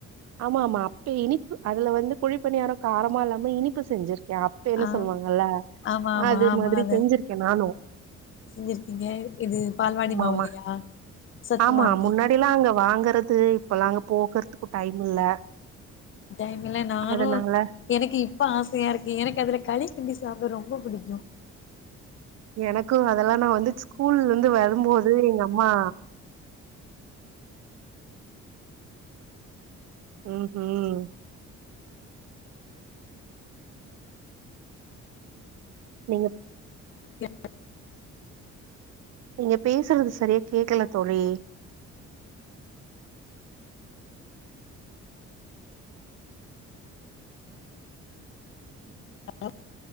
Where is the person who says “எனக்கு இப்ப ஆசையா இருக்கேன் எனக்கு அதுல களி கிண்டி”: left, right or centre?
Left